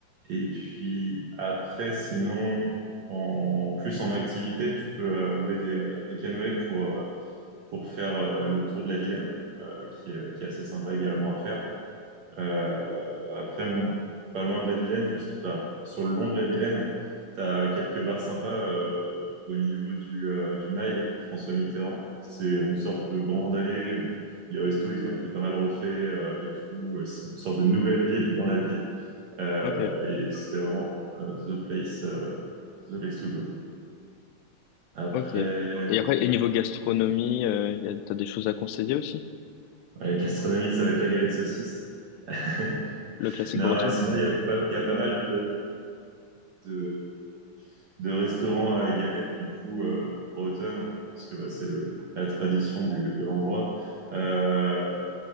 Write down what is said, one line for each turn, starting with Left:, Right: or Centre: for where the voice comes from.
Right: Et puis après, sinon, en plus en activité, tu peux euh, louer des, euh, des canoës pour, euh, pour faire euh, le tour de la Vilaine, euh, qui, est- qui est assez sympa également à faire. Euh, après, mon- pas loin de la Vilaine, juste, enfin, sur le long de la Vilaine, t'as quelques bars sympas euh, au niveau du, euh, du Mail, François Mitterrand. C'est une sorte de grande allée où les restos, ils ont été pas mal refaits euh, et tout. Euh, C'est une sorte de nouvelle ville dans la ville. Euh,
Left: Ok,
Right: et c'est vraiment euh, the place, euh, the place to go. Après,
Left: ok. Et, après, et niveau gastronomie, euh, il y a, t'as des choses à conseiller aussi?
Right: la gastronomie, ça va être la galette saucisse. <laughs>
Left: Le classique
Right: Non,
Left: breton?
Right: et sinon, il y a pas, il y a pas mal de, de restaurant à galette, du coup, euh, bretonne, parce que bah, c'est le- la tradition du, de l'endroit. Euh,